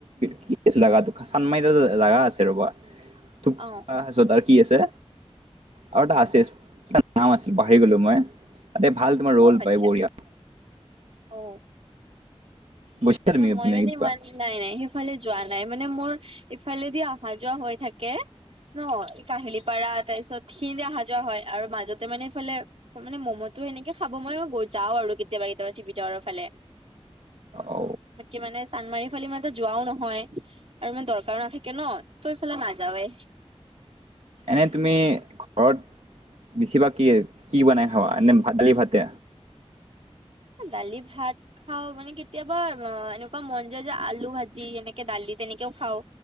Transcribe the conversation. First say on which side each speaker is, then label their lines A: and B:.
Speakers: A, on the right; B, on the right.
A: কি আছিল জা চানমাৰিত জাগা আছিল ৰ'বা। থোপকা
B: অ'
A: কি আছে আৰু এটা আছে নাম আছিল পাহ। আহি গলো মই তাতে ভাল তোমাৰ ৰল
B: অ' আচ্ছা
A: পাই বঢ়িয়া
B: অ
A: গৈছা তুমি এইপিনে
B: মই মানে
A: কিবা
B: ইমান নাই নাই সেইফালে যোৱা নাই মানে মোৰ ইফালেদি অহা যোৱা হৈ থাকে ন কাঁহিলিপাৰা তাৰ পিছত সি দে অহা যোৱা হয় আৰু মাজতে মানে এইফালে মানে ম'ম'তো সেনেকে খাব ম মই যাওঁ আৰু কেতিয়াবা কেতিয়াবা ভিতৰৰ ফালে
A: অ
B: বাকী মানে চান্মাৰি ফালে ইমান এটা যোৱাও নহয় আৰু মানে দৰকাৰ। নাথাকে ন ত এইফালে নাযাৱে।
A: এনে তুমি ঘৰত বেছিভাগ। কি কি বনাই খাবা এ ভাত নে দালি ভাতে।
B: দালি ভাত খাওঁ মানে কেতিয়াবা এনেকুৱা মন যায় যে আলু ভাজি এনেকে দালি। তেনেকেও খাওঁ